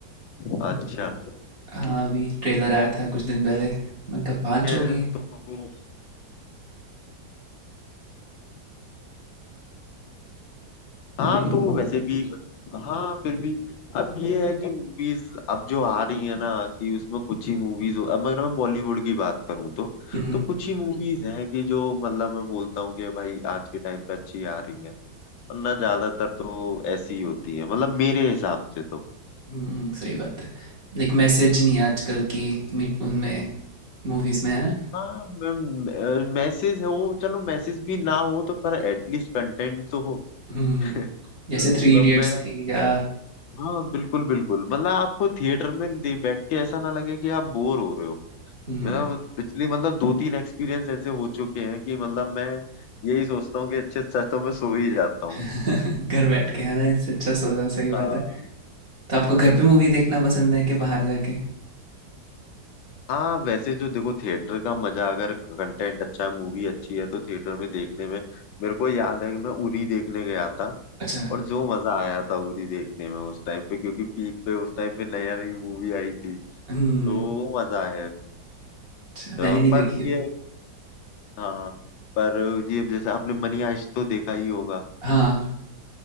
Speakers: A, on the left; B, on the right.
A: में अच्छा
B: हाँ
A: ठीक
B: अभी ट्रेलर आया था कुछ दिन पहले मैंने कहा पांच
A: है
B: हो गई हैं
A: तो हाँ
B: सॉरी
A: तो वैसे भी हाँ फिर भी अब ये है कि मूवीज अब जो आ रही है ना कि उसमें कुछ ही मूवीज अब अगर मैं बॉलीवुड की बात करूँ तो
B: हम्म
A: तो कुछ ही मूवीज हैं कि जो मतलब मैं बोलता हूँ कि भाई आज के टाइम पे अच्छी आ रही है वरना ज्यादातर तो ऐसी ही होती है मतलब मेरे हिसाब से तो
B: हम्म, सही बात है लाइक मैसेज नहीं है आजकल की मी- उनमें मूवीज में है ना
A: हाँ मैसेज हो चलो मैसेज भी ना हो तो पर एटलीस्ट कंटेंट तो हो
B: हम्म
A: <laughs> अ,
B: जैसे
A: मतलब
B: थ्री इडियट्स
A: मैं
B: थी या
A: हाँ बिल्कुल बिल्कुल मतलब आपको थिएटर में दे- बैठ के ऐसा ना लगे कि आप बोर हो रहे हो
B: हम्म
A: मेरा मतलब पिछली मतलब दो तीन एक्सपीरियंस ऐसे हो चुके हैं कि मतलब मैं यही सोचता हूँ कि अच्छे से अच्छा तो मैं सो ही जाता हूँ
B: <laughs> घर बैठ के है ना इससे अच्छा सो जाओ सही बात
A: हाँ
B: है तो आपको घर पे मूवी देखना पसंद है कि बाहर जाके
A: हाँ, वैसे जो देखो थिएटर का मजा अगर कंटेंट अच्छा है मूवी अच्छी है तो थिएटर में देखने में मेरे को याद है कि मैं उरी देखने गया था
B: अच्छा
A: और जो मजा आया था उरी देखने में उस टाइम पे क्योंकि पीक पे उस टाइम पे नया नई मूवी आई थी
B: हम्म
A: तो वो मजा है
B: अच्छा
A: तो
B: मैंने नहीं देखी
A: पर
B: अभी
A: ये हाँ पर ये जैसे आपने मनी हाइस्ट तो देखा ही होगा
B: हाँ